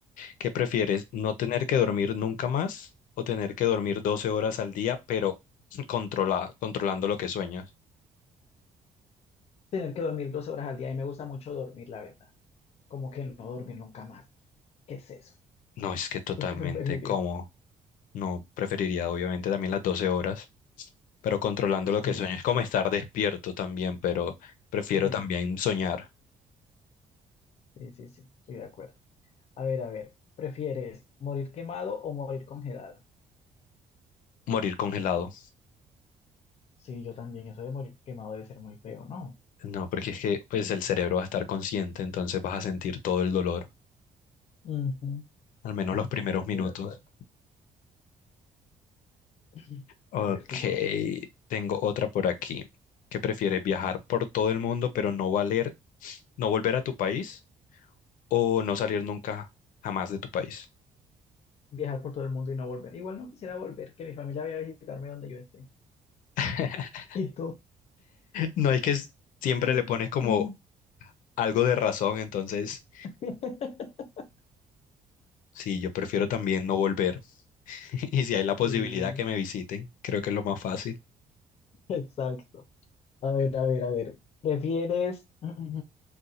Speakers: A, on the left (about 90°); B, on the left (about 50°).
A: ¿Qué prefieres? ¿No tener que dormir nunca más o tener que dormir 12 horas al día, pero <laughs> controla, controlando lo que sueñas?
B: Tener que dormir 12 horas al día y me gusta mucho dormir, la verdad. Como que no dormir nunca más. ¿Qué es eso?
A: No, es
B: <laughs>
A: que totalmente,
B: ¿Tú qué preferirías?
A: ¿cómo? No, preferiría obviamente también las 12 horas, pero controlando
B: Sí,
A: lo que sueñas. Es como estar despierto también, pero prefiero
B: Sí,
A: también soñar,
B: sí, sí, sí, estoy de acuerdo. A ver, a ver, ¿prefieres morir quemado o morir congelado?
A: morir congelado.
B: Sí, yo también, eso de morir quemado debe ser muy feo, ¿no?
A: No, porque es que pues el cerebro va a estar consciente, entonces vas a sentir todo el dolor,
B: Ujú,
A: al menos
B: Sí,
A: los primeros
B: sí, sí, yo estoy
A: minutos.
B: de acuerdo. <clears throat>
A: Ok,
B: A ver, tu turno.
A: tengo otra por aquí. ¿Qué prefieres? ¿Viajar por todo el mundo pero no valer, no volver a tu país o no salir nunca jamás de tu país?
B: Viajar por todo el mundo y no volver. Igual no quisiera volver, que mi familia vaya a visitarme donde yo esté.
A: <laughs>
B: ¿Y tú?
A: No es que s- siempre
B: <laughs>
A: le pones como
B: Mm.
A: algo de razón, entonces
B: <laughs>
A: sí, yo prefiero también no volver. <laughs> Y si hay la posibilidad
B: Sí.
A: que me visiten, creo que es lo más fácil.
B: Exacto. A ver, a ver, a ver. ¿Prefieres <clears throat>